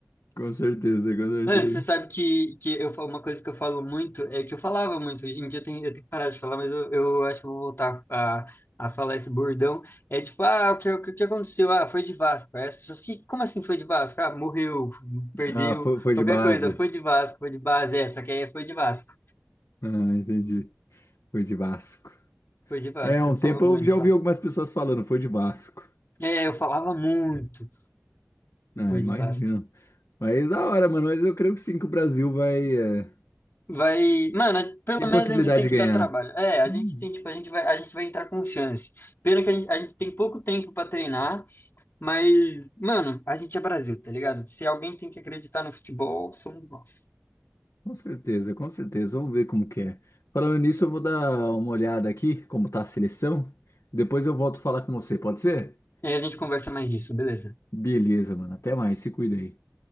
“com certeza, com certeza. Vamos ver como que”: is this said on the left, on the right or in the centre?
Left